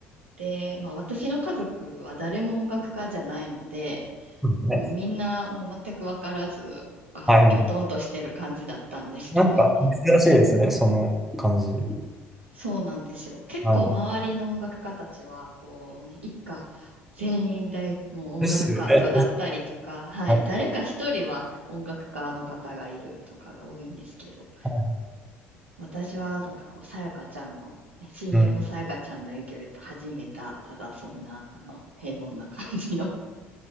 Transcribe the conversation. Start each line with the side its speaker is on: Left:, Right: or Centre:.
Right: で、まあ私の家族は誰も音楽家じゃないので、
Centre: そうですね
Right: もうみんなもう全く分からず、あの、
Centre: はいはいはい
Right: きょとんとしてる感じだったんですけど、
Centre: なんか珍しいですね、その感じ。
Right: そうなんですよ。結構周りの音楽家たちは、
Centre: はい。
Right: こうね、一家全員大、もう音楽家とだったりとか、
Centre: ですよね。
Right: はい、
Centre: はい
Right: 誰か一人は音楽家の方がいるとかが多いんですけど、
Centre: はい
Right: 私はなんかこう、さやかちゃんの、ね、親友のさやかちゃんの影響で始めた、
Centre: うん。
Right: ただそんな、あの、平凡な感じの <laughs>